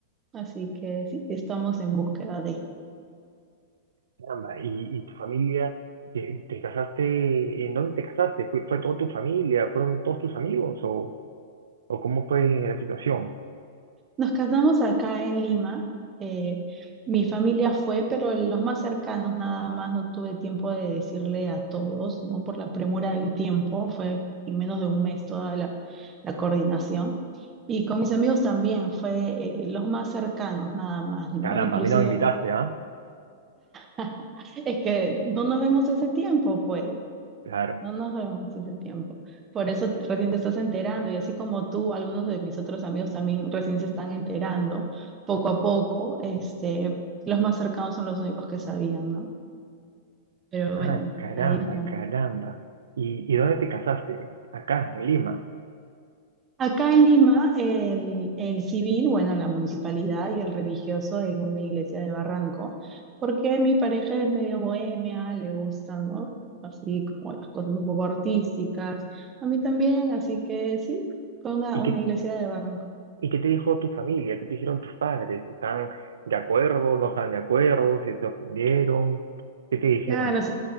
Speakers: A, on the right; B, on the right.
A: Así que sí, estamos en búsqueda de...
B: Caramba, y, y tu familia, te, te casaste, ¿en dónde te casaste? ¿Fue, fue toda tu familia? ¿Fueron todos tus amigos o...? ¿O cómo fue la situación?
A: Nos casamos acá en Lima. eh, mi familia fue, pero los más cercanos nada más. No tuve tiempo de decirle a todos, ¿no? Por la premura del tiempo. Fue en menos de un mes toda la, la coordinación. Y con mis amigos también fue eh, los más cercanos nada más, ¿no?
B: Caramba,
A: Inclusive
B: a mí no me invitaste, ¿ah?
A: <laughs> es que no nos vemos hace tiempo, pues.
B: Claro.
A: No nos vemos ese tiempo. Por eso t- recién te estás enterando y así como tú, algunos de mis otros amigos también recién se están enterando poco a poco. Este, los más cercanos son los únicos que sabían, ¿no? Pero
B: Ah,
A: bueno,
B: caramba,
A: ahí estamos.
B: caramba. ¿Y, y dónde te casaste? Acá, en Lima.
A: Acá en Lima, el, el civil, bueno, la municipalidad y el religioso en una iglesia de Barranco, porque mi pareja es medio bohemia, le gustan, ¿no? Así como las cosas un poco artísticas. A mí también, así que sí, fue una,
B: ¿Y
A: una
B: qué,
A: iglesia de Barranco.
B: y qué te dijo tu familia? ¿Qué te dijeron tus padres? ¿Están de acuerdo? ¿No están de acuerdo? ¿Si ¿Se sorprendieron? ¿Qué te dijeron?
A: Claro, se